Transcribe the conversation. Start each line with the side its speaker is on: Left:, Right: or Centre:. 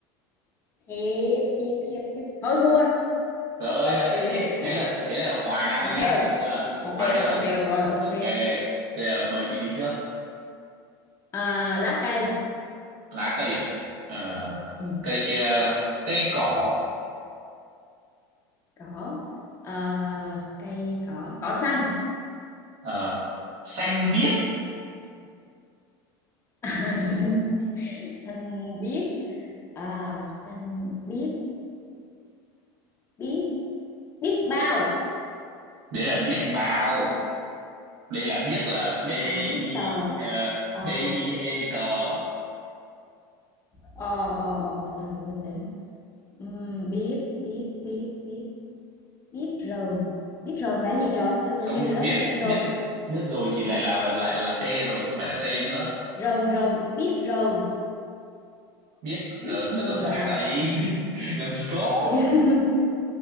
Left: thiếp thiếp thiếp thiếp thôi thua
Right: rồi
Left: chán quá
Right: đấy
Left: từ
Right: thế
Left: từ thiếp
Right: thế là thế là hòa nhau
Left: một
Right: nhá
Left: đều
Right: được chưa
Left: một
Right: hòa
Left: đều
Right: chưa
Left: một đều rồi ok
Right: ok bây giờ mời chị đi trước
Left: à, lá cây
Right: lá cây à Ờ,
Left: ừ,
Right: cây ờ, cây cỏ
Left: cỏ Ờ, cây cỏ cỏ xanh
Right: ờ, xanh biếc
Left: <laughs> xanh biếc à, xanh biếc biếc biếc bao
Right: đấy là biết bao đây là biết là b
Left: À, biết
Right: i
Left: tờ.
Right: ờ,
Left: À,
Right: b i e cờ
Left: ờ, ờ, ờ, từ từ, bình tĩnh. Ừm, biết, biết, biết, biết, biết rờn. Biết rờn là cái gì trời? Cho từ
Right: không
Left: nghe từ đó
Right: biết
Left: từ biết rờn.
Right: biết biết rồi thì lại là lại là t rồi không phải là c nữa
Left: Rờn, rờn, biết rờn.
Right: biết
Left: Biết
Right: rồi
Left: rờn
Right: đâu ra
Left: gọi là...
Right: vậy <laughs> làm gì có
Left: Thì, <laughs>